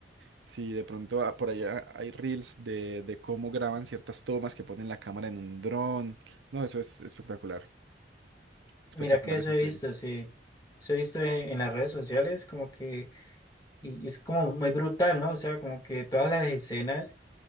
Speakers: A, on the right (about 85°); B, on the left (about 20°).
A: Si de pronto ah, por allá hay reels de, de cómo graban ciertas tomas que ponen la cámara en un dron. No, eso es espectacular. Espectacular
B: Mira que eso
A: esa
B: he
A: serie.
B: visto, sí. Eso he visto en, en las redes sociales, como que, y, y es como muy brutal, ¿no? O sea, como que todas las escenas